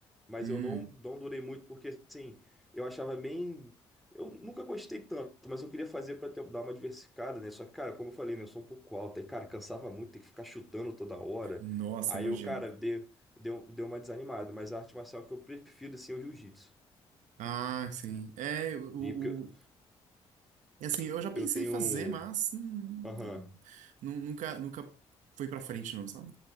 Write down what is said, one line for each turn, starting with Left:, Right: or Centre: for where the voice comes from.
Centre: mas
Right: Hum,
Centre: eu não, não durei muito porque, assim, eu achava bem. Eu nunca gostei tanto, mas eu queria fazer pra ter- dar uma diversificada, né? Só que, cara, como eu falei, né? Eu sou um pouco alto, aí, cara, cansava muito, tem que ficar chutando toda hora.
Right: nossa,
Centre: Aí
Right: imagino.
Centre: eu, cara, dei, deu, deu uma desanimada, mas a arte marcial que eu prefiro, assim, é o jiu-jitsu.
Right: Ah, sim. É, o,
Centre: E Porque eu
Right: o, assim, eu já pensei
Centre: eu tenho.
Right: em fazer, mas hum,
Centre: Aham.
Right: nu- nunca, nunca foi pra frente, não, sabe?